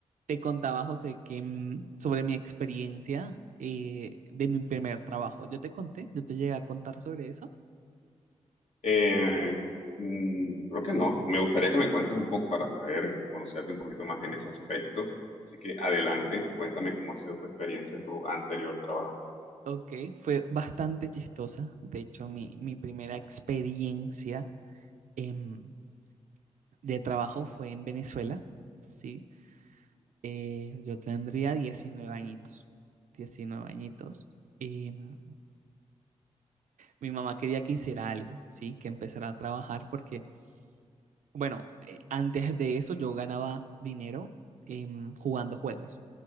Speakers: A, on the right; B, on the left.
A: Te contaba, José, que mm, sobre mi experiencia eh, de mi primer trabajo. Yo te conté, yo te llegué a contar sobre eso.
B: Eh, mm, creo que no. Me gustaría que me cuentes un poco para saber, conocerte un poquito más en ese aspecto. Así que adelante, cuéntame cómo ha sido tu experiencia en tu anterior trabajo.
A: Ok, fue bastante chistosa. De hecho, mi, mi primera experiencia em, de trabajo fue en Venezuela. Sí, Eh, yo tendría 19 añitos. 19 añitos. Em, mi mamá quería que hiciera algo, ¿sí? Que empezara a trabajar porque, bueno, eh, antes de eso yo ganaba dinero em, jugando juegos,